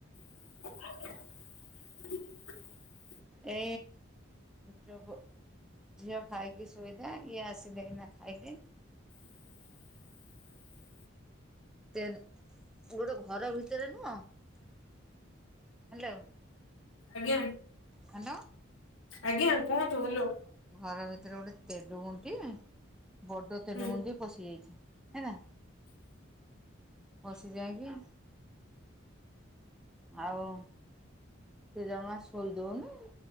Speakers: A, on the left; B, in the centre.
A: <inaudible>
B: ଏ ଯବ ଝିଅ ଖାଇକି ଶୁଇଥା ଇଏ ଆସିବେ ଏଇନା ଖାଇବେ।
A: <unintelligible>
B: ତେନ୍ ଗୋଟେ ଘର ଭିତରେ ନୁହଁ। ହ୍ୟାଲୋ।
A: ଆଜ୍ଞା।
B: ହ୍ୟାଲୋ।
A: ଆଜ୍ଞା କୁହନ୍ତୁ ହେଲୋ।
B: ଘର ଭିତରେ ଗୋଟେ ତେଲୁଗୁଣ୍ଡି ବଡ ତେଲୁଗୁଣ୍ଡି
A: ହୁଁ।
B: ପସିି ଯାଇଛି ହେଲା, ପସି ଯାଇକି ଆଉ ସେ ଜମା ଶୋଇଦଉନି।